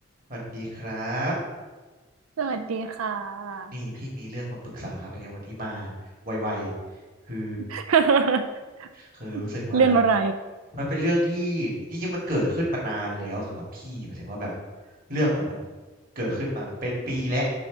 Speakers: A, on the right; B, on the right.
A: สวัสดีครับ
B: สวัสดีค่ะ
A: นี่พี่มีเรื่องมาปรึกษาเป็นไงวันนี้มาไวๆคือ
B: <laughs>
A: คือรู้สึกว่า
B: เรื่องอะไร
A: มันเป็นเรื่องที่จริงๆมันเกิดขึ้นมานานแล้วสำหรับพี่หมายถึงว่าแบบเรื่องอ่ะมันเกิดขึ้นมาเป็นปีแล้ว